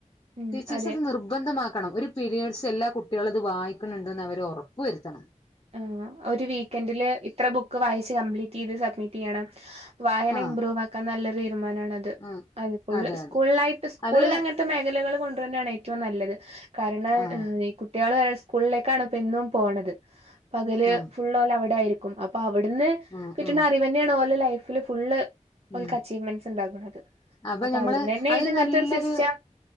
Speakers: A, on the right (about 50°); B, on the left (about 30°).
A: ഉം
B: ടീച്ചേഴ്സ്
A: അതെ
B: അത് നിർബ ന്ധമാക്കണം ഒരു പിരീയ്ഡ്സ് എല്ലാ കുട്ടികളും ഇത് വായിക്ക്ണ് ണ്ട്ന്ന് അവർ ഒറപ്പുവരുത്തണം.
A: ആ ഒരു വീക്കെൻഡില് ഇത്ര ബുക്ക് വായിച്ച് കംപ്ലീറ്റ് ചെയ്ത് സബ്മിറ്റ് ചെയ്യണം. വായന
B: ആഹ്
A: ഇമ്പ്രൂവാക്കാൻ നല്ലൊര് തീരുമാനമാണ് അ ത്
B: ആഹ്
A: അഹ് ഫുള്ള്
B: അതെ
A: സ്കൂളായിട്ട്
B: അതെ
A: സ്കൂളിൽ
B: അത്
A: അങ്ങൻത്തെ മേഖലകൾ കൊണ്ട്ർന്നെയാണ് ഏറ്റവും നല്ലത്. കാരണം
B: ആഹ്
A: ഈ കുട്ട്യാള് എ സ്കൂളിലേക്കാണ് ഇപ്പ എന്നും പോണത് പകല്
B: ആഹ്
A: ഫുള്ള് ഓല് അവടെ ആയിരിക്കും അപ്പൊ അവിടുന്ന്
B: ആഹ്
A: കിട്ട്ണ
B: ആഹ്
A: അറിവന്നെയാണ് ഓല ലൈഫില് ഫുള്ള്
B: ഉം
A: ഓല്ക്ക് അച്ചീവ്മെന്റ്സ് ഇണ്ടാക്ക്ണത്
B: അപ്പൊ
A: അപ്പ
B: ഞമ്മള്
A: അവ്ട്ന്നന്നെ
B: അതിന്
A: ഇതിങ്ങൻത്തെ
B: നല്ലൊരു
A: ഒരു സിസ്റ്റ